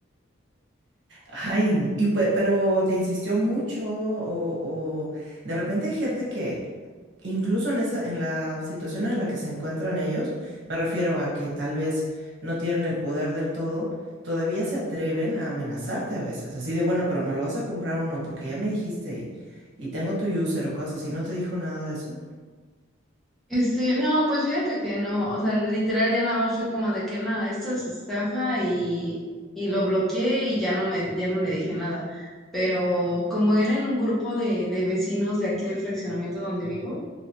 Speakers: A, on the right; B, in the centre.
A: Ay, y pe- pero te insistió mucho o, o de repente hay gente que incluso en esa, en la situación en la que se encuentran ellos, me refiero a que tal vez no tienen el poder del todo, todavía se atreven a amenazarte a veces, así de bueno, pero me lo vas a comprar o no, porque ya me dijiste y, y tengo tu user o cosas, y no te dijo nada de eso.
B: Este, no, pues fíjate que no, o sea, literal ya nada más fue como de que nada, esto es estafa y, y lo bloqueé y ya no me, ya no le dije nada. Pero como era en un grupo de, de vecinos de aquí del fraccionamiento donde vivo,